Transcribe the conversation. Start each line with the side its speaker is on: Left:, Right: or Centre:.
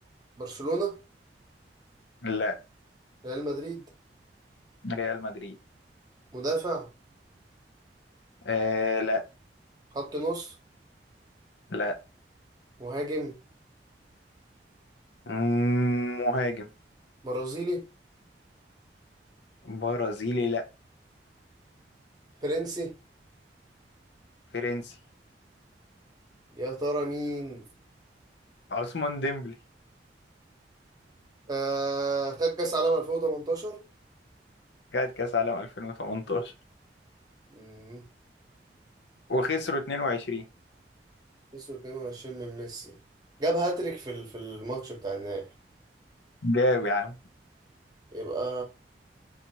Right: برشلونة
Left: لا
Right: ريال مدريد
Left: ريال مدريد
Right: مدافع
Left: آه لا
Right: خط نص
Left: لا
Right: مهاجم
Left: مم، مهاجم
Right: برازيلي
Left: برازيلي لا
Right: فرنسي
Left: فرنسي
Right: يا ترى مين
Left: عثمان ديمبلي
Right: آه خد كاس عالم 2018
Left: خد كاس عالم 2018
Right: امم
Left: وخسروا 22
Right: 22 من ميسي جاب هاتريك في ال- في الماتش بتاع النهائي
Left: جاب يا عم
Right: يبقى